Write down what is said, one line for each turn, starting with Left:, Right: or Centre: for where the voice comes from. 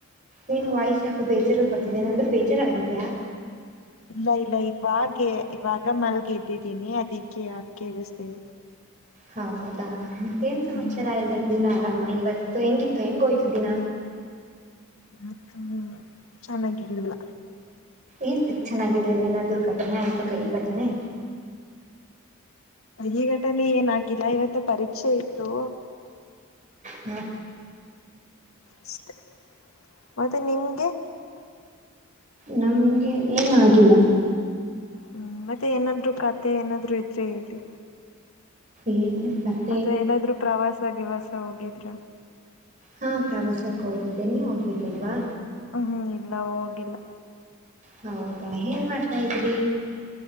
Right: ನಿಮ್ ವಾಯ್ಸ್ ಯಾಕೋ ಬೇಜಾರಲ್ಲಿ ಬರ್ತಿದೆ ಏನಂದ್ರೆ ಬೇಜಾರ ಆಗಿದ್ಯಾಾ
Left: ಇಲ್ಲ ಇಲ್ಲ ಇವಾಗ ಇವಾಗ ಮಲ್ಗೆ ಎದ್ದಿದ್ದೀನಿ ಅದಿಕ್ಕೆ ಅಕಿಗಸ್ೇ
Right: ಹೌದಾ ಮತ್ತೇನ್ ಸಮಾಚಾರ
Left: ಹ್ಮ್
Right: ಎಲ್ಲ ದಿನ ಆರಾಮ ಇವತ್ತು ಹೆಂಗಿತ್ತು ಹೆಂಗ ಹೋಯ್ತು ದಿನ
Left: ಮತ್ತ ಚೆನ್ನಾಗಿರ್ಲಿಲ್ಲ
Right: ಏನ್ಕ್ ಚೆನ್ನಾಗಾಗಿದೆಲ್ಲ ಏನಾದ್ೂ ಘಟನೆ ಆಯ್ತಕ್ಕ ಈ ಘಟನೆ
Left: ಈ ಘಟನೆ ಏನ್ ಆಾಗಿಿಲ್ಲ ಇವತ್ತ ಪರೀಕ್ಷೆ ಇತ್ತು
Right: ಹ್ಮ್
Left: ಅಷ್ಟೇ ಮತ್ತೆ ನಿಮ್ಗೆ
Right: ನಮ್ಗೆ ಏನು ಆಗಿಲ್ಲ
Left: ಹ್ಮ್ ಮತ್ತೆ ಏನಾದ್ರು ಕತೆೆ ಏನಾದ್ರು ಇದ್ರೆ ಹೇಳಿ
Right: ಏನ್ ಕಥೆ
Left: ಅಥವಾ ಎಲ್ಲಾದ್ರೂ ಪ್ರವಾಸಗಿವಾಸ ಹೋಗಿದ್ರ
Right: ಹಾ ಪ್ರವಾಸಕ್ಕ ಹೋಗಿದ್ದೆ ನೀವ ಹೋಗಿರ್ಲಿಲ್ವಾ
Left: ಹ್ಮ್ ಹ್ಮ್ ಇಲ್ಲ ಹೋಗಿಲ್ಲ
Right: ಹೌದಾ ಏನ್ ಮಾಡ್ತಾ ಇದ್ರಿ